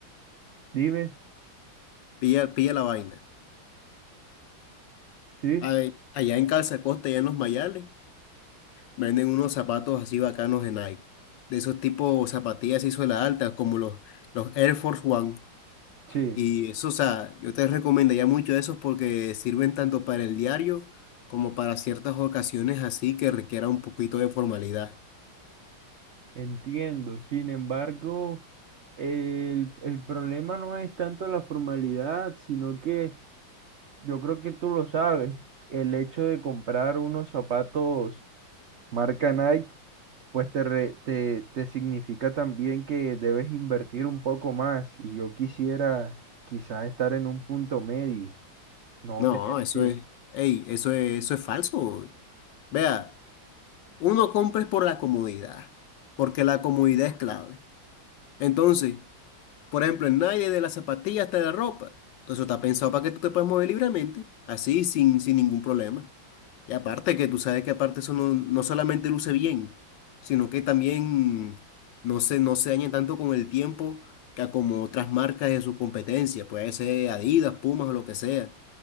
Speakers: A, on the right; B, on the left.
A: Dime,
B: pilla, pilla la vaina.
A: sí,
B: Ay, allá en Calza Costa, allá en Los Mayales, venden unos zapatos así bacanos de Nike. De esos tipos zapatillas y suela alta, como los, los Air Force One.
A: Sí,
B: Y eso, o sea, yo te recomendaría mucho esos porque sirven tanto para el diario como para ciertas ocasiones así que requiera un poquito de formalidad.
A: entiendo. Sin embargo, el, el problema no es tanto la formalidad, sino que yo creo que tú lo sabes, el hecho de comprar unos zapatos marca Nike pues te, re- te, te significa también que debes invertir un poco más y yo quisiera quizás estar en un punto medio, no
B: No,
A: tener
B: eso
A: que,
B: es, ey, eso es, eso es falso. Vea, uno compra es por la comodidad, porque la comodidad es clave. Entonces, por ejemplo, en nadie de las zapatillas hasta la ropa. Entonces, está pensado para que tú te puedas mover libremente, así, sin, sin ningún problema. Y aparte que tú sabes que aparte eso no, no solamente luce bien, sino que también no se, no se daña tanto con el tiempo que como otras marcas de su competencia, puede ser Adidas, Pumas o lo que sea.